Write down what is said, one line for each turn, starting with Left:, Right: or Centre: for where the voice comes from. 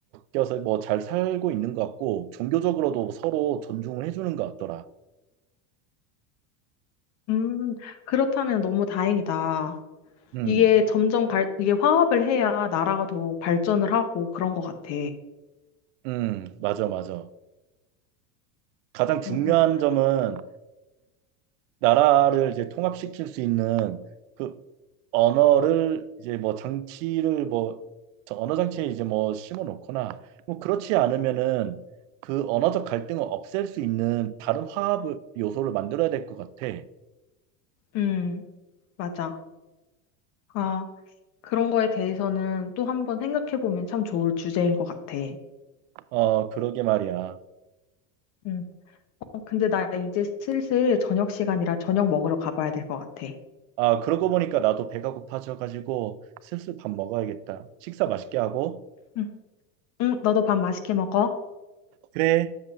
Right: 엮여서 뭐 잘 살고 있는 것 같고, 종교적으로도 서로 존중을 해주는 것 같더라.
Left: 음, 그렇다면 너무 다행이다.
Right: 음,
Left: 이게 점점 갈, 이게 화합을 해야 나라가 더 발전을 하고 그런 것 같아.
Right: 음, 맞아, 맞아. 가장 중요한
Left: 맞아.
Right: 점은 나라를 이제 통합시킬 수 있는 그 언어를 이제 뭐 장치를 뭐 저 언어 장치에 이제 뭐 심어 놓거나 뭐 그렇지 않으면은 그 언어적 갈등을 없앨 수 있는 다른 화합 요소를 만들어야 될 것 같아.
Left: 음. 맞아. 아, 그런 거에 대해서는 또 한 번 생각해보면 참 좋을 주제인 것 같아.
Right: 어, 그러게 말이야.
Left: 응. 어, 근데 나 이제 슬슬 저녁 시간이라 저녁 먹으러 가봐야 될 것 같아.
Right: 아, 그러고 보니까 나도 배가 고파져 가지고 슬슬 밥 먹어야겠다. 식사 맛있게 하고.
Left: 응, 응, 너도 밥 맛있게 먹어.
Right: 그래.